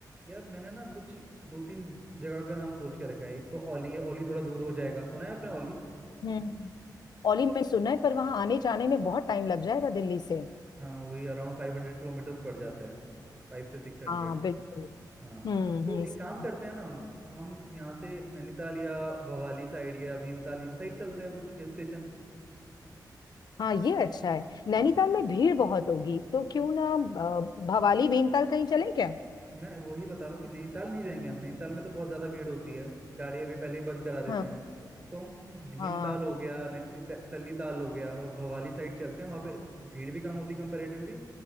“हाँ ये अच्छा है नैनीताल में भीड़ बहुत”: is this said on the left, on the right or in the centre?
Left